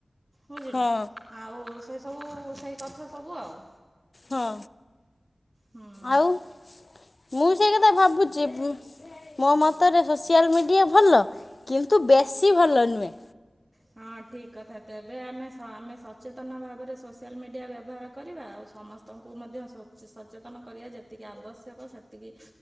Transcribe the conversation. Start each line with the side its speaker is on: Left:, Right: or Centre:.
Right: ବୁଝିଲୁ।
Left: ହଁ
Right: ଆଉ ସେ ସବୁ ସେଇ କଥା ସବୁ ଆଉ।
Left: ହଁ
Right: ହୁଁ
Left: ଆଉ ମୁଁ ସେଇ କଥା ଭାବୁଚିବି ମୋ ମତରେ ସୋସିଆଲ ମିଡିଆ ଭଲ କିନ୍ତୁ ବେଶୀ ଭଲ ନୁହେଁ।
Right: ହଁ ଠିକ୍ କଥା ତେବେ ଆମେ ସ ଆମେ ସଚେତନ ଭାବରେ ସୋସିଆଲ ମିଡିଆ ବ୍ୟବହାର କରିବା ଆଉ ସମ ସ୍ତଙ୍କୁ ମଧ୍ୟ ସଚେ ସଚେତନ କରିବା ଯେତିକି ଆବଶ୍ୟକ ସେତିକି